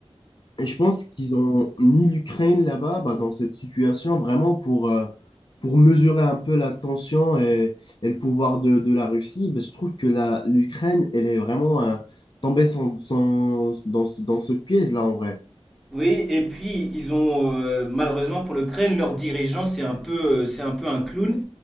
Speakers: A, on the left; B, in the centre.
A: Et je pense qu'ils ont mis l'Ukraine là-bas, bah, dans cette situation, vraiment pour, euh, pour mesurer un peu la tension et, et le pouvoir de, de la Russie. Bah, je trouve que la, l'Ukraine, elle est vraiment euh, tombée sans- sans- dans, ce- dans ce piège-là, en vrai.
B: Oui, et puis ils ont euh, malheureusement pour l'Ukraine, leur dirigeant, c'est un peu, euh, c'est un peu un clown,